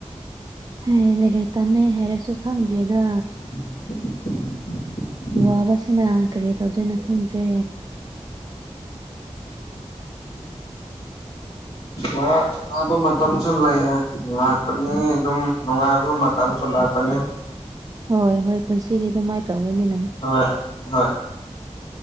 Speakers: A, on the right; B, on the left.
A: ꯍꯥꯏꯌꯦ ꯂꯩꯔ ꯇꯝꯃꯦ ꯍꯥꯏꯔꯁꯨ ꯈꯪꯗ꯭ꯔꯦꯗ
B: <unintelligible>
A: ꯋꯥꯕꯁꯤꯅ ꯀꯔꯤ ꯇꯧꯗꯣꯏꯅ ꯈꯪꯗ꯭ꯔꯦ
B: ꯋꯥ ꯋꯥꯕ ꯃꯇꯝꯁꯨ ꯂꯩ ꯂꯥꯛꯄꯅꯤ ꯑꯗꯨꯝ ꯅꯨꯡꯉꯥꯏꯕ ꯃꯇꯝꯁꯨ ꯂꯥꯛꯄꯅꯤ
A: ꯍꯣꯏ ꯍꯣꯏ ꯄꯨꯟꯁꯤꯗꯤ ꯑꯗꯨꯃꯥꯏꯅ ꯇꯧꯕꯅꯤꯅ
B: ꯍꯣꯏ ꯍꯣꯏ